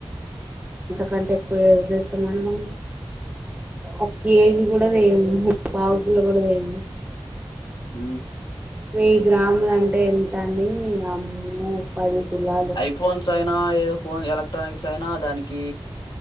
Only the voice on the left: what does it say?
ఊ
ఐఫోన్స్ అయినా ఏదో ఫోన్ ఎలక్ట్రానిక్స్ అయినా దాని కీ